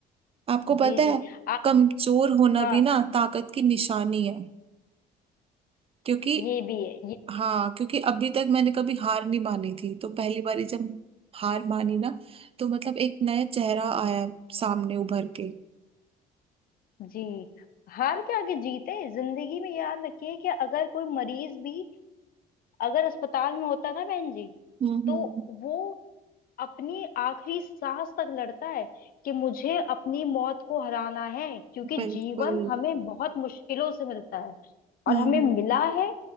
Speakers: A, on the right; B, on the left.
A: आपको पता
B: जी जी
A: है
B: आप
A: कमजोर होना
B: हाँ
A: भी ना ताकत की निशानी है क्योंकि
B: ये भी है ये
A: हाँ क्योंकि अभी तक मैंने कभी हार नहीं मानी थी तो पहली बारी जब हार मानी ना तो मतलब एक नया चेहरा आया सामने उभर के
B: जी हार के आगे जीत है जिंदगी में याद रखिए कि अगर कोई मरीज भी अगर अस्पताल में होता ना बहन जी
A: हम्म
B: तो
A: हम्म
B: वो अपनी आखिरी सांस तक लड़ता है कि मुझे अपनी मौत को हराना है क्योंकि
A: बिल्कुल
B: जीवन हमें बहुत मुश्किलों से मिलता है और
A: हम्म
B: हमें
A: हम्म
B: मिला है